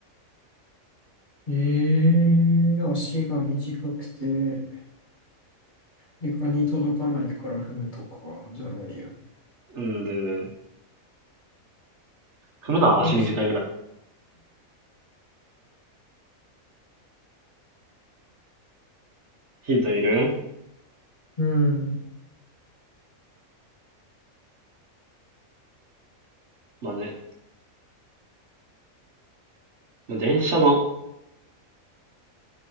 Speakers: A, on the left (about 35°); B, on the right (about 55°).
A: えー、足が短くて床に届かないから踏むとかじゃないよね。
B: うん、全然。踏むのは足短いぐらい。
A: なん
B: ヒントいる
A: うん、
B: まあね、まあ、電車の、